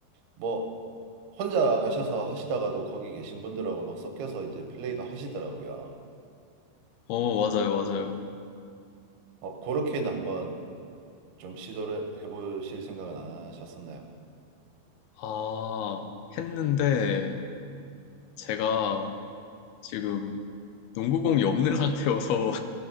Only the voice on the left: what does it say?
어, 맞아요, 맞아요.
아, 했는데, 제가 지금 농구공이 없는 상태여서,